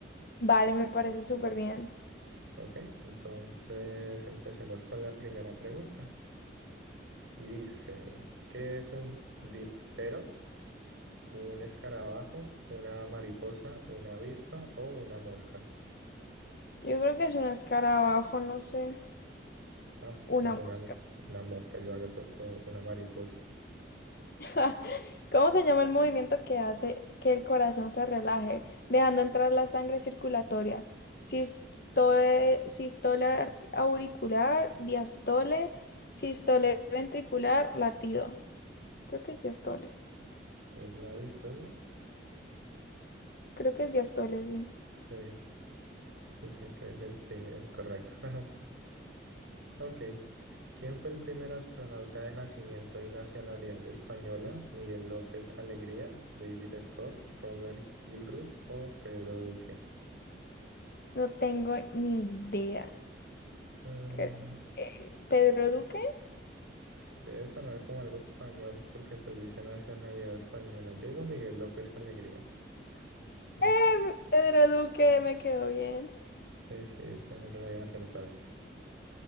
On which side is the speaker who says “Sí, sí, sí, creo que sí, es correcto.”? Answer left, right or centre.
Right